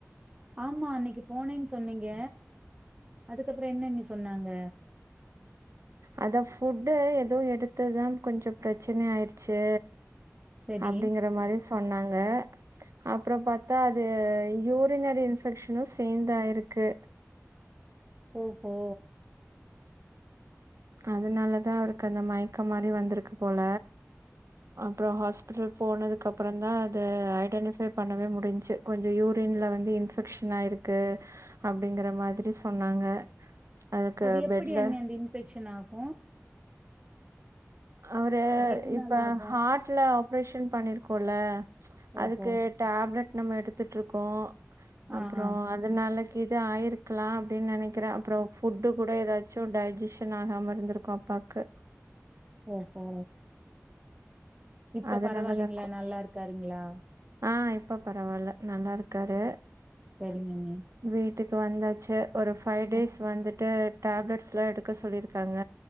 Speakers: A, on the right; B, on the right.
A: ஆமா அன்னைக்கு போனேன் சொன்னீங்க அதுக்கப்றோ என்ன அண்ணி சொன்னாங்க
B: அத ஃபுட்டு ஏதோ எடுத்ததுதா கொஞ்சோ பிரச்சனை ஆய்டுச்சு
A: சரி
B: அப்டிங்கற மாரி சொன்னாங்க அப்றோ பார்த்தா அது யூரினரி இன்ஃபெக்க்ஷனு சேர்ந்து ஆயிருக்கு
A: ஓஹோ
B: அதனாலதா அவருக்கு அந்த மயக்க மாரி வந்துருக்கு போல அப்றோ ஹாஸ்பிட்டல் போனதுக்கு அப்பற தா அது ஐடென்டிஃபை பண்ணவே முடிஞ்சு கொஞ்ச யூரின்ல வந்து இன்ஃபெக்ஷன் ஆயிருக்கு அப்டிங்கிற மாரி சொன்னாங்க அதுக்கு
A: அது எப்டி
B: பெட்ல
A: அண்ணி அந்த இன்ஃபெக்ஷன் ஆகு
B: அவரு
A: அது எதுனால
B: இப்ப
A: ஆகு
B: ஹார்ட்ல ஆப்ரேஷன் பண்ணிருக்கோல அதுக்கு
A: ஓஹோ
B: டேப்லெட் நம்ம எடுத்துட்டு இருக்கோ
A: ஆ
B: அப்றோ
A: ஆ
B: அதுனாளக்கீது ஆயிருக்லா அப்டின்னு நெனைக்கிற அப்புறம் ஃபுட்டு கூட ஏதாச்சு டைஜிஷன் ஆகாம இருந்திருக்கு அப்ப பாக்க
A: ஓஹோ இப்ப
B: அதனாலதா
A: பரவால்லைங்ளா
B: இருக்கு
A: நல்லா இருக்காருங்ளா
B: ஆ இப்ப பரவால்ல நல்லா இருக்காரு
A: செரிங்க அண்ணி
B: வீட்டுக்கு வந்தாச்சு ஒரு ஃபைவ் டேஸ்
A: அ
B: வந்துட்டு டேப்லெட்ஸ்லா எடுக்க சொல்லிருக்காங்க